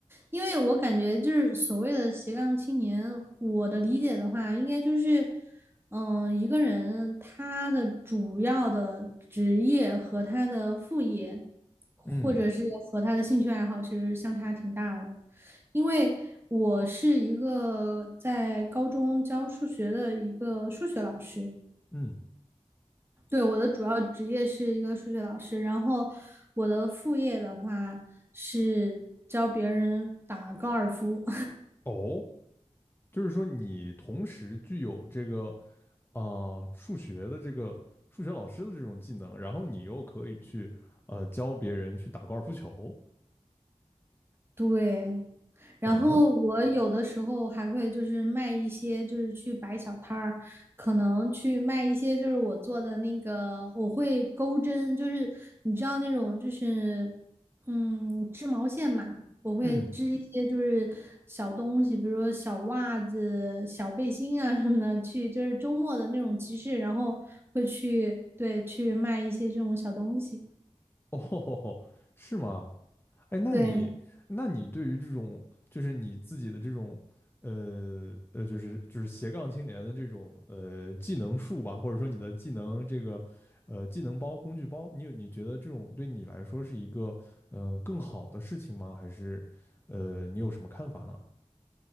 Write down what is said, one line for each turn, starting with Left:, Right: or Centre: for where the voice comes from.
Right: 因为我感觉就是所谓的斜杠青年，我的理解的话，应该就是，嗯，一个人他的主要的职业和他的副业，或者是和他的兴趣爱好，
Left: 嗯
Right: 其实相差挺大的。因为我是一个在高中教数学的一个数学老师，
Left: 嗯，
Right: 对，我的主要职业是一个数学老师，然后我的副业的话是教别人打高尔夫。
Left: 哦。就是说你同时具有这个啊、呃数学的这个数学老师的这种技能，然后你又可以去呃教别人去打高尔夫球。
Right: 对，然后我有的时候还会就是卖一些，
Left: 哦，
Right: 就是去摆小摊儿，可能去卖一些就是我做的那个，我会钩针，就是你知道那种就是嗯织毛线嘛，我会织一些就是小东西，
Left: 嗯，
Right: 比如说小袜子、小背心啊什么的，去就是周末的那种集市，然后会去对去卖一些这种小东西，
Left: 哦吼吼，<laughs> 是吗？哎，那你，
Right: 对。
Left: 那你对于这种，就是你自己的这种，呃呃，就是就是斜杠青年的这种呃技能树吧，或者说你的技能这个呃技能包、工具包，你有你觉得这种对你来说是一个嗯呃更好的事情吗？还是呃你有什么看法呢？